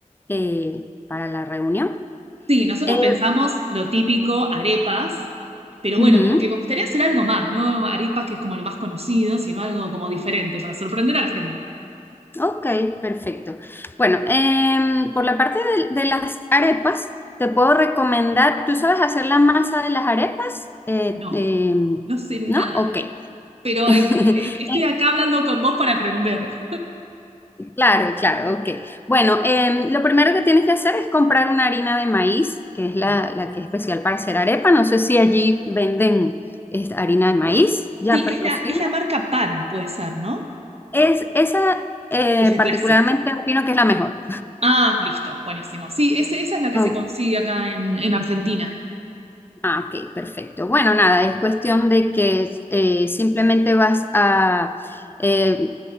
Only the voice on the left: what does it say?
eh, para la reunión.
Eh,
ujú,
Ok, perfecto. Bueno, em, por la parte de, de las arepas, te puedo recomendar, ¿tú sabes hacer la masa de las arepas? Eh,
em,
¿no? Ok.
<laughs>
Claro, claro, ok. Bueno, em, lo primero que tienes que hacer es comprar una harina de maíz, que es la,
la que es especial para hacer arepa. No sé si allí venden esta harina de maíz ya
precocida.
Es, esa eh,
particularmente
opino que es la mejor.
Oh,
ah, ok, perfecto. Bueno, nada, es cuestión de que eh, simplemente vas a eh,